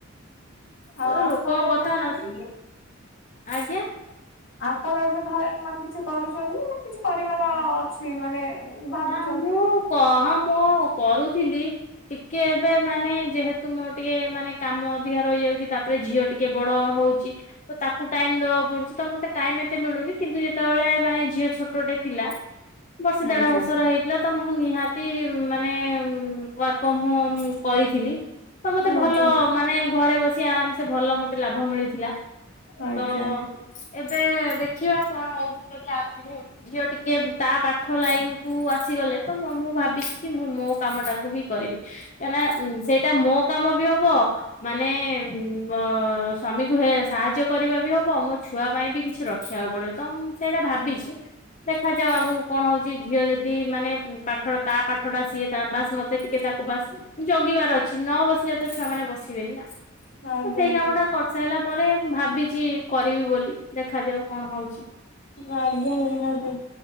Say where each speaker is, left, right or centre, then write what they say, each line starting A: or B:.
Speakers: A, on the left; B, on the left.
A: ତ
B: ଆଉ ଆପଣ
A: ଲୋକଙ୍କ
B: ଏବେବି
A: କଥା ନ ଆଜ୍ଞା
B: ଆପଣ ଏବେ ଧରେ କ କିଛି କରୁଛନ୍ତି ନା କିଛି କରିବାର ଅଛି ମାନେ ଭାବୁଛନ୍ତି?
A: ନା ମୁଁ କହ ମୁଁ କରୁଥିଲି ଟିକେ ଏବେ ମାନେ ଯେହେତୁ ମୋ ଟିକେ ମାନେ କାମ ଅଧିକା ରହିଯା ଉଛି ତାପରେ ଝିଅଟି କେ ବଡ ହଉଛି ତ ତାକୁ ଟାଇମ ଦବାକୁ ପଡୁଛି ତ ମତେ ଟାଇମ ଏତେ ମିଳୁନି କିନ୍ତୁ ଯେତେବେଳେ ମାନେ ଝିଅ ଛୋଟଟେ ଥିଲା ବର୍ଷ ଦେଢ
B: ଆଜ୍ଞା।
A: ବର୍ଷ ଥିଲା ତ ମୁଁ ନିହାତି ମାନେ ୱାର୍କଅମ ହୋମ କରିଥିଲି ତ ମତେ
B: ଆଜ୍ଞା
A: ଭଲ ମାନେ ଘରେ ବସି ଆରାମସେ ଭଲ ମତେ ଲାଭ ମିଳିଥିଲା।
B: ଆଜ୍ଞା
A: ତ ଏ ଏବେ ଦେଖିବା କଣ ହଉଚି ଆଗକୁ ଝିଅ ଟିକେ ତା ପାଠ ଲାଇନ କୁ ଆସିଗଲେ ତ ମୁଁ ଭାବିଛି କି ମୁଁ ମୋ କାମ ଟାକୁ ବି କରିବି। କାହିଁକନା ସେଇଟା ମୋ କାମ ବି ହବ ମାନେ ଉ ସ୍ଵାମୀ କୁ ହେ ସା ସାହାଯ୍ୟ କରିବା ବି ହବ ମୋ ଛୁଆ ପାଇଁ ବି କିଛି ରଖିବାକୁ ପଡିବ ତ ମୁଁ ସେଇଟା ଭାବିଛି ଦେଖାଯାଉ ଆଗକୁ କଣ ହଉଛି? ଝିଅ ଯଦି ମାନେ ପାଠ ତା ପାଠ ଟା ସିଏ ତା ବାସ୍ ମତେ ଟିକେ ତାକୁ ବାସ୍ ଜଗିବାର ଅଛି। ନ ବସିଲେ ତ ଛୁଆ ମାନେ ବସିବେନି ନା ତ
B: ଆଜ୍ଞା
A: ସେଇ
B: ଆଜ୍ଞା।
A: କାମ ଟା କରିସାରିଲା ପରେ ମୁ ଭାବି କିଛି କରିବି ବୋଲି ଦେଖାଯାଉ କଣ ହଉଛି?
B: ଆଜ୍ଞା ନିହାତି।